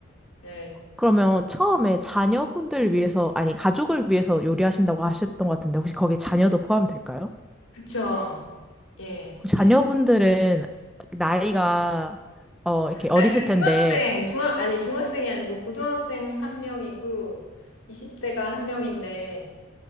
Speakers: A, on the left; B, in the centre.
A: 예,
B: 그러면 처음에 자녀분들 위해서, 아니, 가족을 위해서 요리하신다고 하셨던 것 같은데, 혹시 거기에 자녀도 포함이 될까요?
A: 그쵸. 예,
B: 그 자녀분들은
A: 자,
B: 나이가 어 이렇게 어리실
A: 나이가
B: 텐데
A: 중학생, 중학 아니 중학생이 아니고 고등학생 한 명이고 20대가 한 명인데